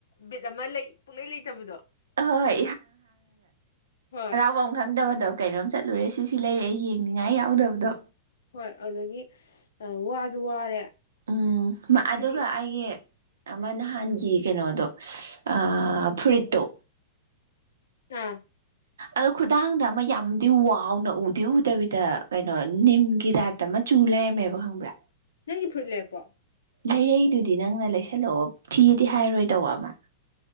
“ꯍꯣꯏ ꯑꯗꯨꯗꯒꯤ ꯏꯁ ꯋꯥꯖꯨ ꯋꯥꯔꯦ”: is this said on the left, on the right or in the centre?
Left